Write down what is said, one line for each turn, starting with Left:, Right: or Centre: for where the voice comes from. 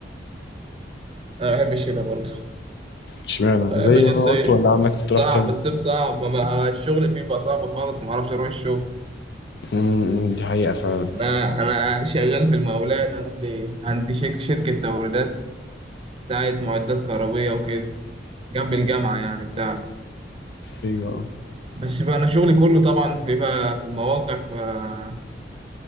Right: انا بحب الشتا برضه
Left: اشمعنى
Right: بحب
Left: زي
Right: الصيف
Left: ما قلت ولا عندك اقتراح
Right: صعب
Left: تاني
Right: الصيف صعب ما ما- الشغل فيه بقى صعب خالص ما اعرفش اروح الشغل
Left: امم دي حقيقة فعلا
Right: انا انا شغال في المقاولات عندي عندي شك- شركة توريدات بتاعت معدات كهربية وكده جنب الجامعة يعني بتاعتي
Left: ايوه
Right: بس بقى انا شغلي كله طبعا في بقى في المواقع فصعب